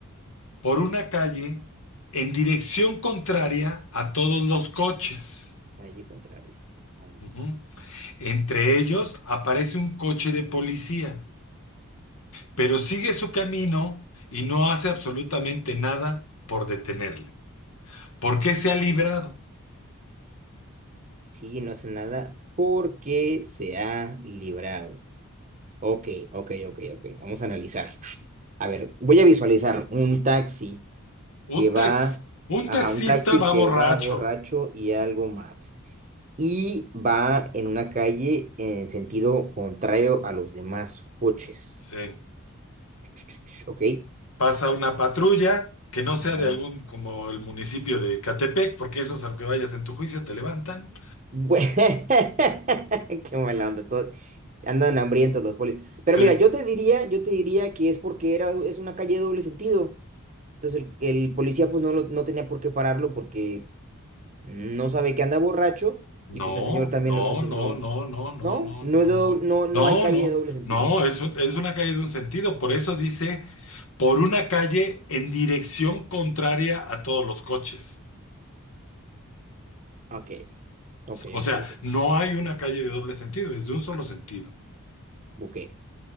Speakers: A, on the left; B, on the right.
A: por una calle en dirección contraria a todos los coches.
B: Allí contrario. Ajá.
A: Ujú. Entre ellos aparece un coche de policía. pero sigue su camino y no hace absolutamente nada por detenerle. ¿Por
B: Y no
A: qué
B: sé
A: se ha librado?
B: Sí, no hace nada porque se ha librado. Ok, ok, ok, ok. Vamos a analizar. A ver, voy a visualizar un taxi que
A: Un
B: va,
A: tax, un
B: ajá,
A: taxista
B: un taxi
A: va
B: que
A: borracho.
B: va borracho y algo más. Y va en una calle en sentido contrario a los demás coches.
A: Sí.
B: <tsk> Ok.
A: Pasa una patrulla que no sea
B: Ajá.
A: de algún, como el municipio de Catepec, porque esos, aunque vayas en tu juicio, te levantan.
B: Bue- <laughs> Qué mala onda, todo andan hambrientos los polis. Pero
A: Sí.
B: mira, yo te diría, yo te diría que es porque era, es una calle de doble sentido. Entonces el, el policía pues no, lo- no tenía por qué pararlo porque no sabe que anda borracho
A: No,
B: y pues el señor también
A: no,
B: lo está haciendo.
A: no, no, no, no,
B: No,
A: no,
B: no
A: no,
B: es de
A: no.
B: doble- no, no
A: No,
B: hay calle
A: no,
B: de doble sentido.
A: no, es, un- es una calle de un sentido. Por eso dice, por una calle en dirección contraria a todos los coches.
B: Ok, ok,
A: O
B: ok,
A: sea,
B: ok.
A: no hay una calle de doble sentido, es de un solo sentido.
B: Ok,